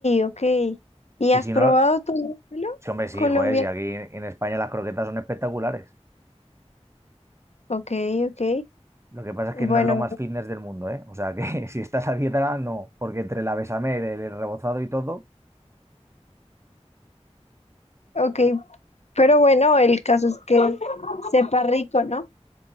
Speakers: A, on the left; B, on the right.
A: ok. ¿Y
B: Y
A: has
B: si
A: probado
B: no,
A: tu lúpulo
B: sí, hombre, sí,
A: colombiano?
B: joder, si aquí en España las croquetas son espectaculares.
A: Ok, ok.
B: Lo que pasa es
A: Bueno,
B: que no es lo más fitness del mundo, ¿eh? O sea, que <laughs> si estás a dieta, no, porque entre la bechamel, el rebozado y todo,
A: ok. Pero bueno, el caso es que sepa rico, ¿no?